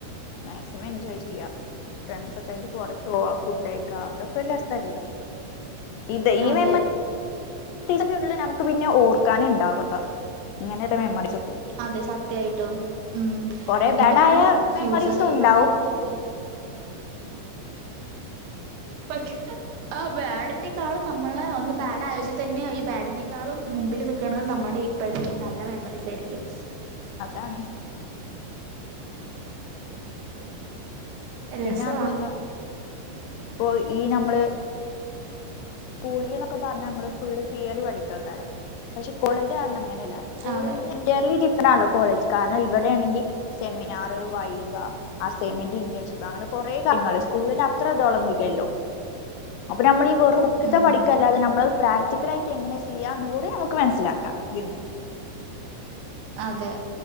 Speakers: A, on the left (about 80°); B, on the right (about 80°).
A: മാക്സിമം എൻജോയ് ചെയ്യാ ഫ്രണ്ട്സ് ഒക്കെയായി പുറത്തു പോകുക ഫുഡ് കഴിക്കുക ഇതൊക്കെ ഒരു രസല്ലേ ഇത് ഈ <unintelligible>
B: അതെ
A: ഇതൊക്കെ നമുക്ക് പിന്നെ ഓർക്കാനേ ഉണ്ടാവുക ഇങ്ങനെയുള്ള മെമ്മറീസ് ഒക്കെ
B: അതെ സത്യായിട്ടും. ഉം
A: കൊറെ
B: ഇനിയിപ്പ
A: ബാഡായ
B: നമ്മള് ഫ്യൂച്ചറല്
A: മെമ്മറീസും ഉണ്ടാവും
B: നമ്മളി ജോലി -- പക്ഷെ ആ ബാഡിനേക്കാളും നമ്മളെ ഒന്ന് ബാഡ് ആയോജ തന്നെയ ഈ ബാഡിനേക്കാളും മുമ്പില് നിൽക്കണത് നമ്മളെ ഇപ്പോഴത്തെക്കും നല്ല മെമ്മറീസ് ആയിരിക്കും.
A: അതാണ്
B: രസവാണ്.
A: പിന്നെ അതുമല്ല ഇപ്പൊ ഈ നമ്മള്. സ്കൂളില് നൊക്കെ പറഞ്ഞ നമ്മള് ഫുള് തിയറി പഠിക്കാക്കാരം പക്ഷെ കോളേജ് അർഞ്ഞാങ്ങനെ സ്കൂളിൽ
B: അതെ
A: <unintelligible> ഡി. കോളജ് കാരണം ഇവിടെണെങ്കിൽ സെമിനാർ വൈവ അസൈമെന്റ് ഇന്റേഷിപ്പ് അങ്ങനെ കൊറേ കാര്യങ്ങള് സ്കൂളിന് അത്ര ഇതൊളോന്നും ഇല്ലല്ലോ അപ്പ നമ്മള്
B: ഉം
A: പഠിക്ക അല്ലാതെ നമ്മള് പ്രാക്ടിക്കൽ ആയിട്ട് എങ്ങനെ ചെയ്യാംന്ന് കൂടി നമുക്ക് മനസ്സിലാക്കാം ഇതിന്ന്.
B: അതെ.